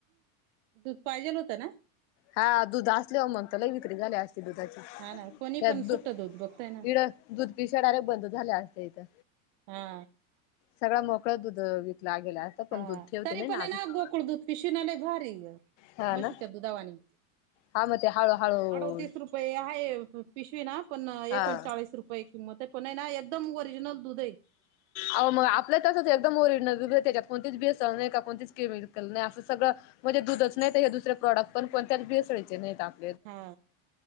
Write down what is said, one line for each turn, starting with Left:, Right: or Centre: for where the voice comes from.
Right: दूध पाहिजेल होतं ना?
Left: हा दुध असल्यावर मग त लई विक्री झाली अस दुधाचा
Right: हा ना कोणी
Left: त्या
Right: पण
Left: दु
Right: सुट्ट दूध बघताय ना
Left: इड दूध पिशव्या डायरेक्ट बंद झाल्या असत्या इथं.
Right: हा.
Left: सगळां मोकळं दूध वितला गेला पण
Right: हा
Left: दूध ठेवते
Right: तरी
Left: नाही
Right: पण
Left: अजून
Right: ना गोकुळ दूध पिशवी ना लयभारी म्हशीच्या
Left: हा ना
Right: दुधावानी
Left: हा मग ते हळूहळू
Right: अडोतीस रुपये आहे पिशवी ना पण एकोणचाळीस
Left: हा
Right: रुपये किंमत आहे पण हाय ना एकदम ओरिजिनल दूध आहे.
Left: आओ मग आपल ही तसच ये एकदम ओरिजनल दूध ये त्याच्यात कोणतीच भेसळ नाही का कोणतेच केमिकल नाही असं सगळं म्हणजे दूधच नाहीत हे दुसर प्रॉडक्ट पण कोणतच भेसळीचे नाहीत आत
Right: हा